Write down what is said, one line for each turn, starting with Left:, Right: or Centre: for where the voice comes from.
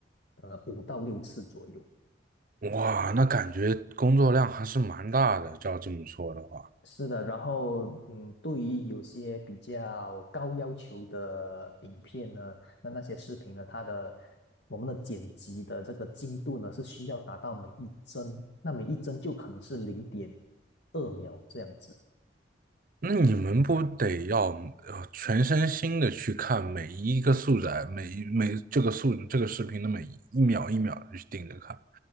Left: 呃五到六次左右。
Right: 哇，那感觉工作量还是蛮大的，照这么说的话，
Left: 是的，然后嗯，对于有些比较高要求的影片呢，那那些视频呢，它的我们的剪辑的这个精度呢，是需要达到每一帧，那每一帧就可能是零点二秒这样子。
Right: 那你们不得要呃全身心的去看每一个素材，每一每这个素这个视频的每一秒一秒的去盯着看，